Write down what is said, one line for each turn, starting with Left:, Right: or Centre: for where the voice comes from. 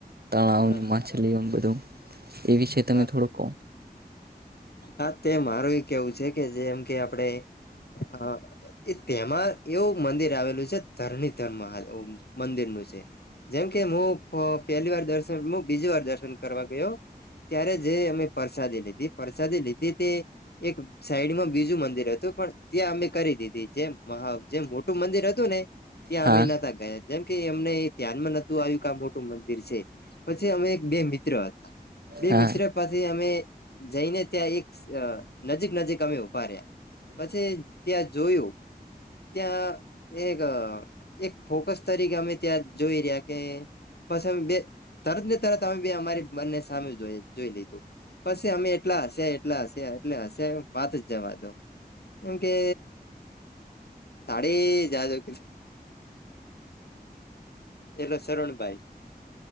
Right: તણાવની
Left: હા
Right: માછલી
Left: હા
Right: એ બધું. એ વિશે તમે
Left: હા
Right: થોડુક કો.
Left: હા તે મારું એક કેવું છે કે જેમ કે આપડે. હ એ તેમાં એવું મંદિર આવેલું છે ધરણી ધર્મ મંદિર.. જેમ કે હું પહેલી વાર દર્શન બીજ વાર દર્શન કરવા ગયો. ત્યારે જે અમે પરસાદી લીધી પરસા. વસાદી લીધી તે એક સાઈડમાં બીજું મંદિર હતું પણ ત્યાં અમે કરી દીધી જે મહ. જે મોટું મંદિર હતું ને ત્યાં
Right: હા
Left: અમે નતા ગયા. જેમ કે અમને ધ્યાનમાં નતું આવ્યું કે આ મોટું મંદિર છે પછી અમે એક બે મિત્ર હતા. બે
Right: હા
Left: મિત્ર પાસે અમે જઈને ત્યાં એક. નજીક નજીક અમે ઉભા રહ્યા પછી ત્યાં જોયું. ત્યાં એક એક ફોકસ તરીકે અમે ત્યાં જોઈ રહ્યા કે. પછી બે. તરત ને તરત અમે બી અમારી મનને સામે જોઈ લીધું પછી અમે એટલા. હશે એટલે હશે એટલે હશે વાત જ જવા દો એમ કે. તળી જ જ કધ. એલે શરણભાઈ.